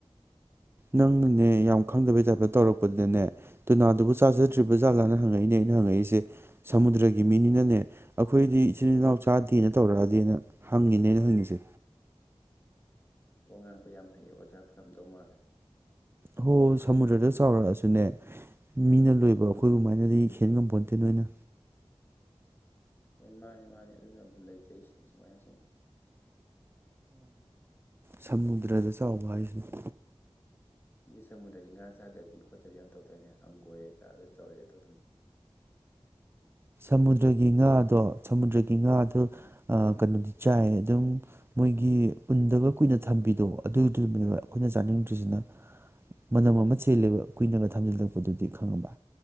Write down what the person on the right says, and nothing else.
ꯅꯪꯅꯅꯦ ꯌꯥꯝ ꯈꯪꯗꯕꯩ ꯇꯥꯏꯞꯇ ꯇꯧꯔꯛꯄꯗꯅꯦ ꯇꯨꯅꯥꯗꯨꯕꯨ ꯆꯥꯖꯗ꯭ꯔꯤꯕ꯭ꯔ ꯖꯥꯠꯂꯥꯅ ꯍꯪꯉꯛꯏꯅꯦ ꯑꯩꯅ ꯍꯪꯉꯛꯏꯁꯦ ꯁꯃꯨꯗ꯭ꯔꯒꯤ ꯃꯤꯅꯤꯅꯅꯦ ꯑꯩꯈꯣꯏꯗꯤ ꯏꯆꯤꯜ ꯏꯅꯥꯎ ꯆꯥꯗꯦꯅ ꯇꯧꯔꯛꯑꯗꯤꯦꯅ ꯍꯪꯉꯤꯅꯦ ꯑꯩꯅ ꯍꯪꯉꯤꯁꯦ
ꯍꯣꯏ ꯁꯃꯨꯗ꯭ꯔꯗ ꯆꯥꯎꯔꯛꯑꯁꯨꯅꯦ ꯃꯤꯅ ꯂꯣꯏꯕ ꯑꯩꯈꯣꯏ ꯑꯗꯨꯃꯥꯏꯅꯗꯤ ꯍꯦꯟꯉꯝꯄꯣꯟꯇꯦ ꯅꯣꯏꯅ
ꯁꯃꯨꯗ꯭ꯔꯗ ꯆꯥꯎꯕ ꯍꯥꯏꯁꯤꯅꯤ
ꯁꯃꯨꯗ꯭ꯔꯒꯤ ꯉꯥꯗꯣ ꯁꯃꯨꯗ꯭ꯔꯒꯤ ꯉꯥꯗꯣ ꯀꯩꯅꯣꯗꯤ ꯆꯥꯏ ꯑꯗꯨꯝ ꯃꯣꯏꯒꯤ ꯎꯟꯗꯒ ꯀꯨꯏꯅ ꯊꯝꯕꯤꯗꯣ ꯑꯗꯨꯗꯨꯅꯦꯕ ꯑꯩꯈꯣꯏꯅ ꯆꯥꯅꯤꯡꯗ꯭ꯔꯤꯁꯤꯅ ꯃꯅꯝ ꯑꯃ ꯆꯦꯜꯂꯦꯕ ꯀꯨꯏꯅꯒ ꯊꯝꯖꯤꯜꯂꯛꯄꯗꯨꯗꯤ ꯈꯪꯉꯝꯕ